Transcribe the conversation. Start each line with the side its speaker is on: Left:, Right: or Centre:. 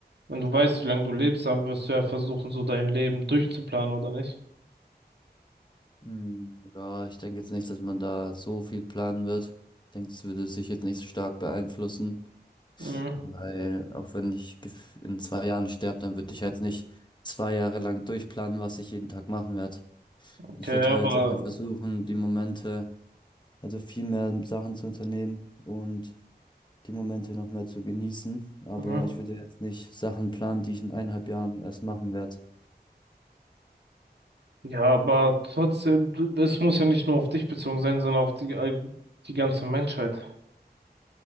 Right: Wenn du weißt, wie lange du lebst, dann wirst du ja versuchen, so dein Leben durchzuplanen, oder nicht?
Left: Hm, Ja, ich denke jetzt nicht, dass man da so viel planen wird. Ich denke, das würde sich jetzt nicht so stark beeinflussen.
Right: Mhm.
Left: Weil auch wenn ich gef- in zwei Jahren sterbe, dann würde ich halt nicht zwei Jahre lang durchplanen, was ich jeden Tag machen werde.
Right: Okay,
Left: Ich würde
Right: aber
Left: halt äh, versuchen, die Momente, also viel mehr Sachen zu unternehmen und die Momente noch mehr zu genießen. Aber
Right: mhm.
Left: ich würde jetzt nicht Sachen planen, die ich in eineinhalb Jahren erst machen werde.
Right: ja, aber trotzdem, du- das muss ja nicht nur auf dich bezogen sein, sondern auf die, all- die ganze Menschheit.